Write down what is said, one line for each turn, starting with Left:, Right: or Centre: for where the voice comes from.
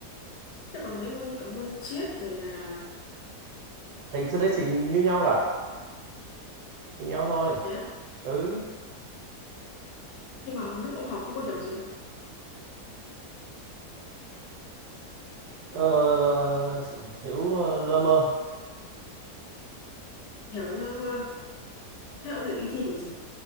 Left: thế còn mấy môn như cả môn triết rồi là
Right: thì cái đấy thì như nhau cả như nhau thôi
Left: thế á
Right: ừ
Left: nhưng mà lúc ông học ông có hiểu gì không
Right: ờ, là hiểu ờ, lơ mơ
Left: hiểu nhưng mà thế ông định đi thi kiểu gì